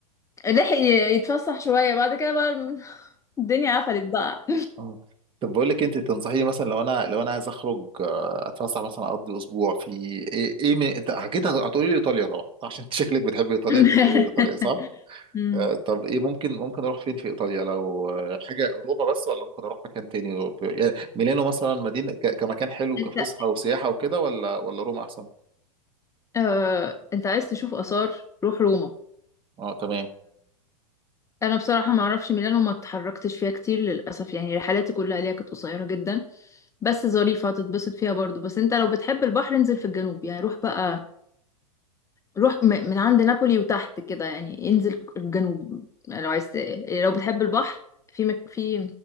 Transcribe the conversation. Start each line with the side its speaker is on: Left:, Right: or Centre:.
Left: لحق ي- يتفسح شوية بعد كده بقى الم- <laughs> الدنيا قفلت بقى
Right: آه. طب بقول لك إيه، انت تنصحيني مثلا لو انا لو انا عايز اخرج آه، اتفسح مثلا اقضي اسبوع في ايه ايه من انت حكيت هتقولي لي ايطاليا طبعا <laughs> عشان انت شكلك بتحب ايطاليا
Left: <laughs>
Right: فتقولي لي ايطاليا صح؟
Left: مم.
Right: آه، طب ايه ممكن ممكن اروح فين في ايطاليا لو آه، حاجه روما بس ولا ممكن اروح مكان تاني في- يعني ميلانو مثلا مدينه ك- كمكان حلو كفسحه
Left: انت
Right: وسياحه وكده ولا ولا روما احسن؟
Left: آه، انت عايز تشوف آثار روح روما
Right: اه تمام
Left: انا بصراحه ما اعرفش ميلانو وما اتحركتش فيها كتير للاسف يعني رحلاتي كلها ليها كانت قصيره جدا بس ظريفه هتتبسط فيها برضو بس انت لو بتحب البحر انزل في الجنوب يعني روح بقى روح م- من عند نابولي وتحت كده يعني انزل الجنوب يعني لو عايز ت- لو بتحب البحر في مك... في